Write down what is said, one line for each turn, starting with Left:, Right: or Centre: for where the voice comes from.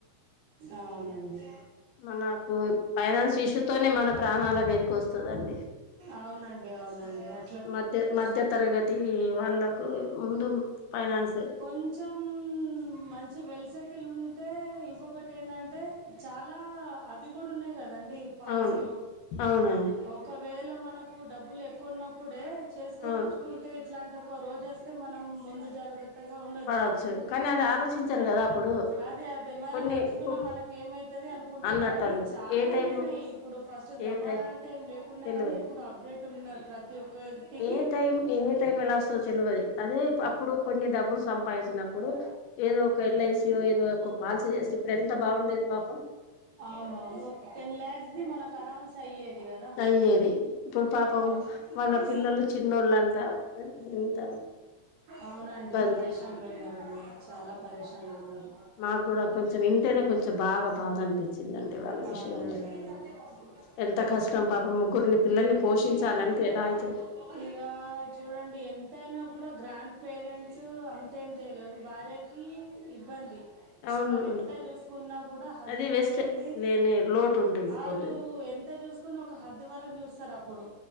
Right: అవునండి
Left: మనకూ ఫైనాన్షియల్ ఇష్యూ తోనే మన ప్రాణాల మీదకి వస్తుందండి.
Right: అవునండి అవునండి అ
Left: మధ్య మధ్య తరగతీ వాళ్ళకు ముందు ఫైనాన్సే.
Right: కొంచెం మంచి వెల్సెటిల్ ఉంటే ఇంకొకటి ఏందంటే. చాలా అవి గూడ ఉన్నాయి కదండి. పాలసీలు
Left: అవును అవునండి
Right: ఒకవేళ మనకు డబ్బులు ఎక్కువున్నప్పుడే చే కొని
Left: అవును
Right: ఉంచుకుంటే ఇట్లాంటి ఒక రోజు ఒస్తే మనం ముందు జాగ్రత్త్. త్తగా ఉండొచ్చు
Left: పడవచ్చు కానీ అది ఆలోచించరు కదా అప్పుడు
Right: అదే అదేమైనా
Left: కొన్ని
Right: మంచిగున్నా
Left: ఇప్పు
Right: మనక్ కేమైతది అనుకుంటాం
Left: అన్నట్టు
Right: గాని
Left: అనుకుంటారు
Right: చాలా
Left: ఏ టైం
Right: ఎళ్లినయి ఇప్పుడు ఫస్ట్ జమానా
Left: ఏ టై
Right: అంటే ఏం లేకుండే
Left: తెల్వదు
Right: గాని. ఇప్పుడు అప్డేట్ ఉన్నా ప్రతి ఒక్కా టికి
Left: ఏ టైం ఏ టైం ఎలా వస్తదో తెల్వది అదే అప్పుడు కొన్ని డబ్బులు సంపాదించినప్పుడు
Right: శ
Left: ఏదో ఒక ఎల్ఐసియో ఏదో ఒక పాలసీ చేస్తే ఇప్పుడు ఎంత బాగుండేది పాపం
Right: అవునవును ఒక టెన్ లాక్స్ ది మనకు అరామ్సే అయ్యేద్. ది గదా
Left: అయ్యేది ఇప్పుడు పాపం
Right: అవున్
Left: వాళ్ళ పిల్లలు చిన్నోళ్ళంట ఎంత
Right: అవునండి
Left: ఇబ్బంది
Right: పరషాన్లో ఉన్నారండి. చాలా పరేషాన్లు ఉన్నారు
Left: మాకు కూడా కొంచెం వింటేనే కొంచెం బాగా బాధ అనిపించిందండి వాళ్ళ
Right: అవునండి
Left: విషయంలో
Right: అవును
Left: ఎంత కష్టం పాపం ముగ్గురిని పిల్లల్ని పోషించాలంటే
Right: <unintelligible>
Left: ఎలా అయితది
Right: ఇక చూడండి ఎంతయినా కూడా గ్రాండ్ పేరెంట్స్ అంతేం చేయలేవు భార్య ఇబ్బంది
Left: అవును
Right: వాళ్ళు
Left: అండి
Right: ఎంత చూసుకున్నా కూడా హస్బెండ్
Left: అది వేస్టే
Right: లేంది
Left: లేని లోటు ఉంటుంది
Right: వాళ్ళు
Left: పోతది
Right: ఎంత చూసుకుని ఒక హద్దు వరకు చూస్తారు అప్పుడు